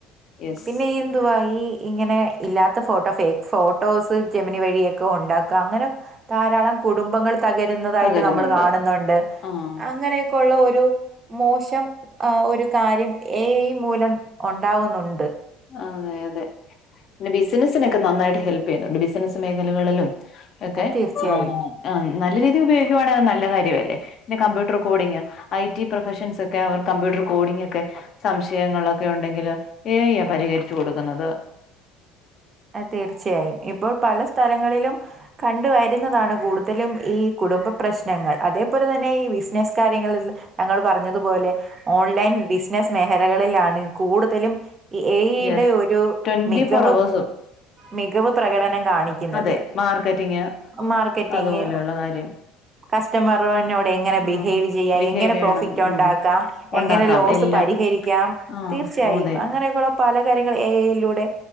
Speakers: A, on the left; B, on the right.
A: യെസ്.
B: പിന്നെ എന്തുവാ ഈ ഇങ്ങനെ ഇല്ലാത്ത ഫോട്ടോ, ഫേക്ക് ഫോട്ടോസ്, ജെമിനി വഴിയൊക്കെ ഉണ്ടാക്കാം അങ്ങനെ ധാരാളം കുടുംബങ്ങൾ തകരുന്നതായിട്ട്
A: തകരുന്നുണ്ട്.
B: നമ്മള് കാണുന്നൊണ്ട്
A: ആഹ്.
B: അങ്ങനെയൊക്കെയൊള്ള ഒരു മോശം ആ ഒരു കാര്യം ഏ ഐ മൂലം ഒണ്ടാവുന്നൊണ്ട്
A: ആ അതെ അതെ പിന്നെ ബിസിനസ്സിനൊക്കെ നന്നായിട്ട് ഹെൽപ് ചെയ്യുന്നൊണ്ട് ബിസിനസ്സ് മേഖലകളിലും ഒക്കെ
B: അത് തീർച്ചയായും
A: ആ ആ. നല്ല രീതീ ഉപയോഗിക്കുവാണെയത് നല്ല കാര്യവല്ലേ പിന്നെ computer coding I T professions ഒക്കെ അവർ കമ്പ്യൂട്ട റ് കോഡിങ് ഒക്കെ സംശയങ്ങളൊക്കെ ഉണ്ടെങ്കിൽ എ ഐ യാ പരിഹരിച്ചു കൊടുക്കുന്നത്.
B: അ തീർച്ചയായും ഇപ്പോൾ പല സ്ഥലങ്ങളിലും കണ്ടു വരുന്നതാണ് കൂടുതലും ഈ കു ടുംബ പ്രശ്നങ്ങൾ അതേപോലെ തന്നെ ഈ ബിസിനസ്സ് കാര്യങ്ങളിൽ താങ്കൾ പറഞ്ഞതുപോലെ ഓൺലൈൻ ബിസിനസ് മേഖലകളിലാണ് കൂടുതലും ഈ എഐടെ
A: യെസ്
B: ഒരു
A: ട്വന്റി
B: മികവ്
A: ഫോർ അവേഴ്സും
B: മികവ് പ്രകടന കാണിക്കുന്നത്
A: അതെ മാർക്കറ്റിങ്
B: മാർക്കറ്റിങ്ങ്
A: അതുപോലെയുള്ള കാര്യം
B: കസ്റ്റമറോനോട് എങ്ങനെ ബിഹേവ്
A: ആഹ്
B: ചെയ്യാം
A: ബിഹേവ്
B: എങ്ങനെ
A: ചെയ്യണം
B: പ്രോഫിറ്റ് ഒണ്ടാക്കാം
A: ഉം ഉണ്ടാക്കാം
B: എങ്ങനെ ലോസ്
A: എല്ലാം
B: പ രിഹരിക്കാം,
A: ആഹ്
B: തീർച്ചയായും
A: ഓ അതെ
B: അങ്ങനൊക്കെയൊള്ള പല കാര്യങ്ങൾ എ ഐയിലൂടെ